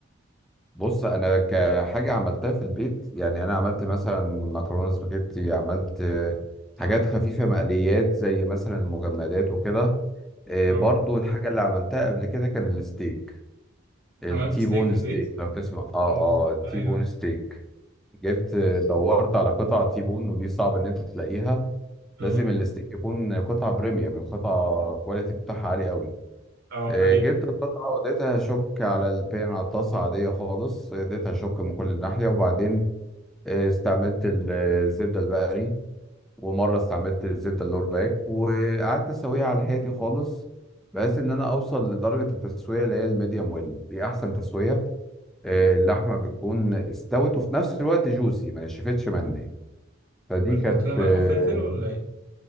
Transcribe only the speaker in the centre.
بص انا كحاجه عملتها في البيت يعني انا عملت مثلا مكرونه سباجيتي عملت آه، حاجات
خفيفه مقليات زي مثلا المجمدات وكده آه،
برضو الحاجة اللي عملتها قبل كده كان الستيك التي
بون
ستيك لو تسمع اه
اه التي
بون ستيك جبت دورت على قطع تيبون ودي صعب ان انت تلاقيها
لازم الاستيك يكون قطعة بريميوم قطعة كواليتي بتاعها عالي قوي
آه،
جبت القطعة واديتها شوك على البان على الطاسة عادية خالص اديتها شوك من كل ناحية وبعدين آه، استعملت ال- آه، الزبدة البقري ومرة استعملت الزبدة اللور باك وقعدت اسويها على الهادي خالص بحيث ان انا اوصل لدرجة التسوية اللي هي الميديوم ويل دي احسن تسوية آه، اللحمة بتكون استوت وفي نفس الوقت جوسي ما نشفتش مني فدي
كانت
آه،